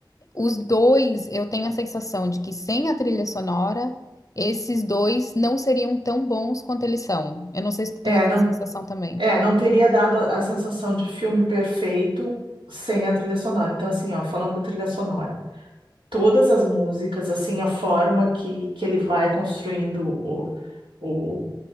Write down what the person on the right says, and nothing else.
É,
não
É, não teria dado a, a sensação de filme perfeito sem a trilha sonora. Então, assim, ó, falando da trilha sonora, todas as músicas, assim, a forma que, que ele vai construindo o, o,